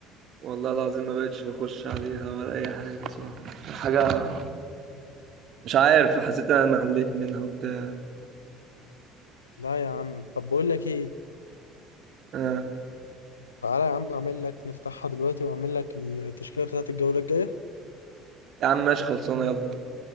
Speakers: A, on the right; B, on the left.
A: والله العظيم ما بقتش بخش عليها ولا اي حاجه بصراحه حاجه مش عارف حسيت إن انا مليت منها وبتاع
B: لا يا عم طب بقول لك ايه
A: آه.
B: تعالى يا عم اعمل لك نفتحها دلوقتي واعمل لك التشكيلة بتاعت الجولة الجاية
A: يا عم ماشي خلصانه يلا